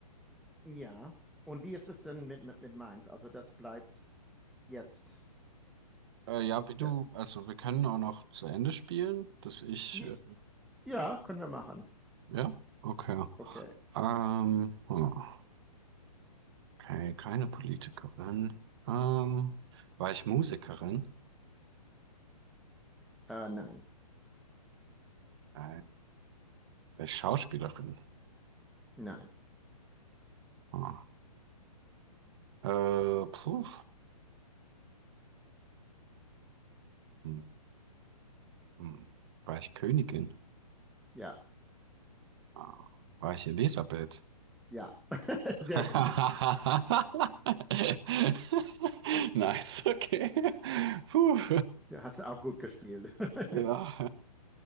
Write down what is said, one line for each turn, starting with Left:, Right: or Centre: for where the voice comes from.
Centre: Ja. Und wie ist es denn mit, mit, mit Mainz? Also das bleibt jetzt.
Right: Äh, ja, wie du,
Centre: D-
Right: also wir können auch noch zu Ende spielen, dass ich,
Centre: j-
Right: äh,
Centre: Ja, können wir machen.
Right: ja, okay.
Centre: Okay.
Right: Ähm, hm, okay, keine Politikerin. Ähm, war ich Musikerin?
Centre: Äh, nein,
Right: Äh, war ich Schauspielerin?
Centre: nein.
Right: Hm. Äh, puh. hm. Hm, War ich Königin?
Centre: Ja,
Right: Ah, War ich Elisabeth?
Centre: ja. <laughs> Sehr
Right: <laughs>
Centre: gut.
Right: Nice, okay. Puh.
Centre: Du hast du auch gut gespielt. <laughs>
Right: Ja,